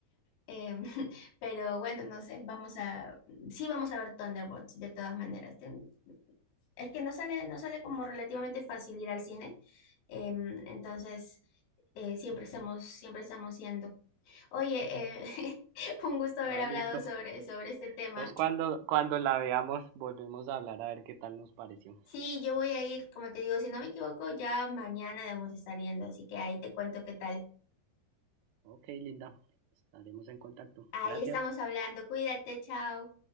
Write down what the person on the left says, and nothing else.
Em, <laughs> pero bueno, no sé, vamos a, sí vamos a ver Thunderbolts, de todas maneras. Ten- es que no sale, no sale como relativamente fácil ir al cine. Em, entonces, eh, siempre estamos, siempre estamos yendo. Oye, eh, <laughs> un gusto haber
hablado
sobre, sobre este tema.
Sí, yo voy a ir, como te digo, si no me equivoco, ya mañana debemos estar yendo, así que ahí te cuento qué tal.
Ahí
estamos hablando, cuídate, chao.